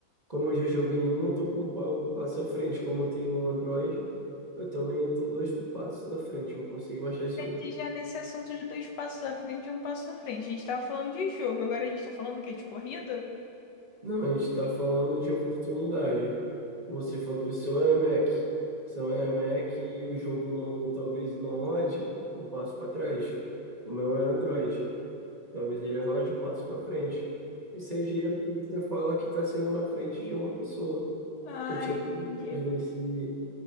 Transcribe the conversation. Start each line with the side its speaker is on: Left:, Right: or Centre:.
Right: Como eu já joguei em um, eu tô com um pa- um passo à frente. Como eu tenho um Android, eu também tô dois passos à frente. Eu consegui baixar esse. jogo.
Left: E já nesse assunto de dois passos à frente e um passo à frente. A gente tava falando de jogo, agora a gente tá falando o quê? De corrida?
Right: Não, a gente está falando de oportunidade. Você falou que o seu é Mac. Seu é Mac e o jogo não, talvez não rode, um passo para trás. O meu é Android. Talvez ele rode um passo para frente. E você gira quando você fala que está sendo na frente de uma pessoa.
Left: Ah,
Right: Estou tirando
Left: entendi.
Right: vantagem nesse,